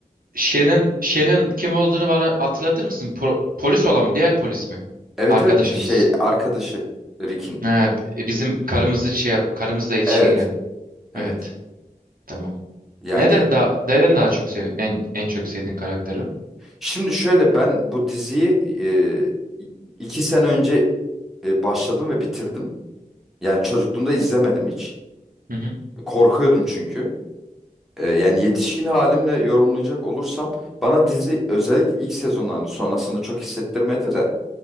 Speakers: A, on the right; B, in the centre.
A: Shen'in Shen'in kim olduğunu bana hatırlatır mısın? Po- polis olan mı? Diğer polis mi?
B: Evet
A: Arkadaşımız.
B: evet şey arkadaşı Rick'in.
A: Ha, b- bizim karımızı şey yap, karımızla ilişkiye
B: Evet
A: giren.
B: evet.
A: Evet. Tamam.
B: Yani
A: Neden daha neden daha çok sev en en çok sevdiğin karakteri?
B: şimdi şöyle ben bu diziyi e, iki sene önce e, başladım ve bitirdim. Yani çocukluğumda izlemedim hiç.
A: Hı hı.
B: Korkuyordum çünkü. E, yani yetişkin halimle yorumlayacak olursam bana dizi özellikle ilk sezonlarını sonrasını çok hissettirmedi de